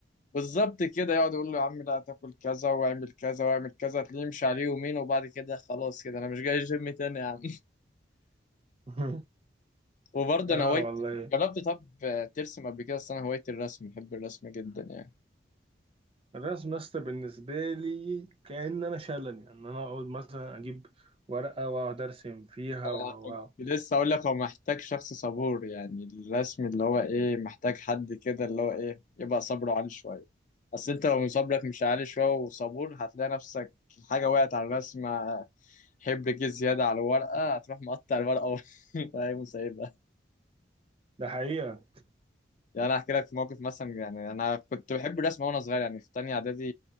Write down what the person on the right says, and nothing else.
<laughs>
اه
والله
الرسم يا اسطى بالنسبة لي كأن أنا شلل يعني أنا أقعد مثلا أجيب ورقة وأقعد أرسم فيها
و
و
و-
ده حقيقة